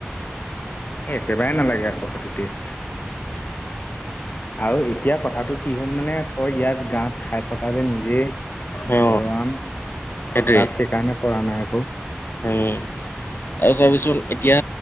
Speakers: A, on the left (about 45°); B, on the left (about 60°).
A: এই একেবাই নালাগে আকৌ সেইটো টেষ্ট আৰু এতিয়া কথাটো কি হ'ল মানে তই ইয়াত গাঁওত খাই থকা যে নিজে
B: অ
A: ঘৰৰ আম
B: সেইটোৱে
A: তাত সেইকাৰণে পৰা নাই ক
B: উম। আৰু চাবিচোন এতিয়া